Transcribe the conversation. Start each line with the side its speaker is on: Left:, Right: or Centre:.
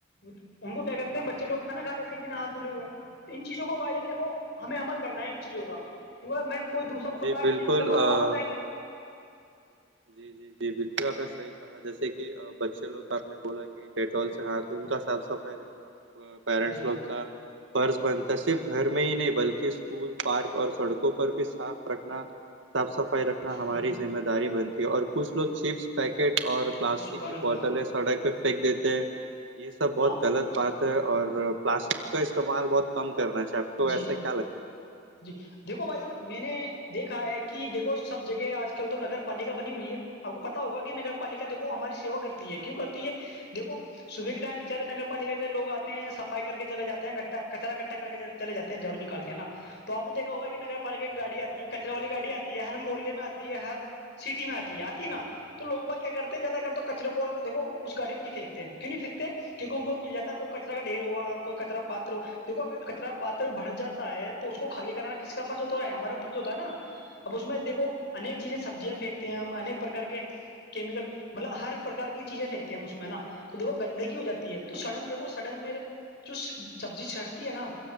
Left: ان کو کیا کرتے ہیں بچے لو کھانا کھا لیتے ہیں بنا ہاتھ دولے ہوئے ان چیزوں کو کا دیکو ہمیں عمل کرنا ہے ان چیزوں کا کیکہ میں کوئی دوسرا تو بتا
Right: جی
Left: گا
Right: بالکل
Left: نہیں ان کے ماں باپ بتیں گے
Right: جی جی جی بالکل آپ نے صحیح کہ جیسے کہ بچے لوگ کا آپ نے بولا کہ ڈیٹول سے ہاتھ ان کا صاف صفائی رکھنا پیرنٹس
Left: جی
Right: لوگ کا فرض بنتا صرف گھر میں ہی نہیں بلکہ اسکول پارک اور سڑکوں پر بھی صاف رکھنا صاف صفائی رکھنا ہماری
Left: جی
Right: ذمہ داری بنتی ہے اور کچھ لوگ چپس پیکٹ اور پلاسٹک
Left: جی سبحان
Right: کی
Left: اللہ
Right: بوتلیں سڑک پہ پھینک دیتے ہیں یہ سب بہت
Left: آ
Right: غلط بات اور پلاسٹک کا استعمال بہت کم کرنا چاہے آپ کو
Left: جی
Right: ایسا کیا لگتا ہے
Left: جی دیکھو بھائی جان میں نے دیکھا ہے کہ دیکھو سب جگہ آج کل تو نگر پالکا بنی ہوئی ہے آپ کو پتا ہوگا کہ نگر پالکا دیکھو ہماری سیوا کرتی ہے
Right: ہاں
Left: کیوں کرتی ہے دیکھو صبح کے ٹائم بےچارے نگر پالکا کے لو آتے ہیں صفائی کر کے چل جاتے ہیں گٹھاچا گٹھا کر کے چلے جات ہیں جاڑو نکال کے ہے نا تو آپ دیکھا ہوگا
Right: ہوں
Left: کہ نگر پالکا کی گاڑی آتی ہے کچرے والی گاڑی آتی ہے ہر محلے میں آ ہے ہر سٹی میں آتی ہے آتی ہے نا تو لوگ باقی
Right: ہوں
Left: کیا کرتے
Right: ہوں
Left: زیادہ کر تو کچروں کو دیکو اس گاڑی میں نہیں پھینتے کیوں نہیں پھییکتے کیونکہ ان کو مل جا ہے کو کچرا کا
Right: ہوں
Left: ڈھیر ہوا کوئی کچرا پاتر ہوا دیکو اگر کچرا پاتر بڑھر جاتا ہے تو تو اس کو خالی کرانا کس کا فرض ہوتا ہے ہمارا فرض ہوتا ہے نا اب اس میں دیکو
Right: ہوں ہوں
Left: اک چیزیں سبزیاں پھینکتی ہیں ہمیک پرک کے کیمیکل مطلب ہر پرکار کی چیزیں پھییکتی ہیں ہم اس میں نا تو دیکھو گندگی ہو جاتی ہے تو سڈن دیکھو سڈن میں جو سبزی چڑتی ہے نا